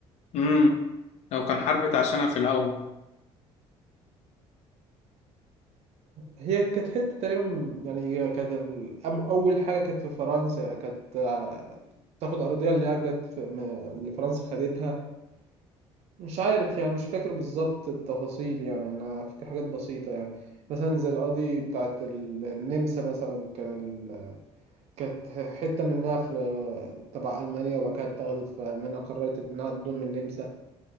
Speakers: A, on the left; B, on the right.
A: امم لو كان حرب اتعشنا في الأول
B: هي كانت حته تقريبا يعني هي كانت ال- أم- اول حاجه كانت في فرنسا كانت آه، تاخد اراضيها اللي هي جت في... م- اللي فرنسا خدتها مش عارف يعني مش فاكر بالظبط التفاصيل يعني انا فاكر حاجات بسيطه يعني مثلا زي القاضي بتاعت ال- النمسا مثلا كان ال... كانت ح- حته منها في تبع المانيا وبعد كده اتاخدت فالمانيا قررت انها تضم النمسا